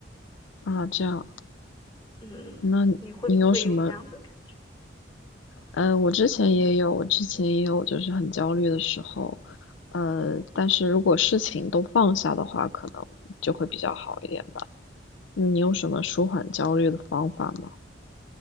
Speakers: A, on the left; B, on the left.
A: 啊，这样。
B: 嗯，
A: 那你有什么？
B: 你会不会有这样的感觉？
A: 呃，我之前也有，我之前也有，就是很焦虑的时候。呃，但是如果事情都放下的话，可能就会比较好一点吧。嗯你有什么舒缓焦虑的方法吗？